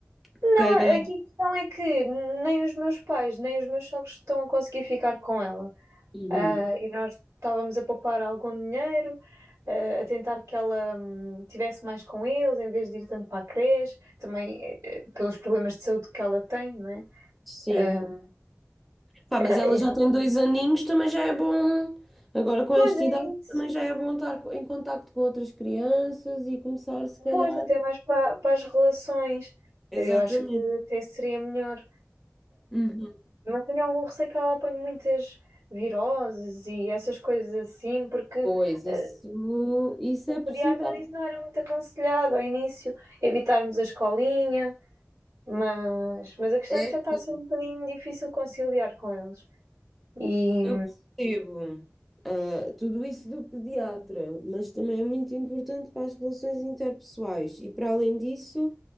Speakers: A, in the centre; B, on the right (about 85°).
A: que
B: Não,
A: queira.
B: aqui a questão é que nem os meus pais, nem os meus sogros estão a conseguir ficar com ela.
A: Uhum.
B: Ah, e nós estávamos a poupar algum dinheiro, ah, a tentar que ela hum, tivesse mais com eles, em vez de ir tanto para a creche, também eh, eh, pelos problemas de saúde que ela tem, não é?
A: Sim.
B: Ah,
A: Pá,
B: ah,
A: mas ela
B: enfim,
A: já tem dois aninhos, também já é bom. Agora com
B: pois
A: esta
B: é
A: idade
B: isso.
A: também já é bom estar co- em contacto com outras crianças e começar, se calhar.
B: Pois, até mais para, para as relações.
A: Exatamente.
B: Eu acho que até seria melhor.
A: Uhum.
B: Mas tenho algum receio que ela apanhe muitas viroses e essas coisas assim, porque
A: Pois,
B: eh,
A: isso, isso
B: o
A: é possível.
B: pediatra disse que não era muito aconselhado ao início evitarmos a escolinha, mas, mas a questão
A: É,
B: é que já está
A: sim.
B: a ser um bocadinho difícil conciliar com eles. E
A: Eu percebo. Ah, tudo isso do pediatra, mas também é muito importante para as relações interpessoais. E para além disso,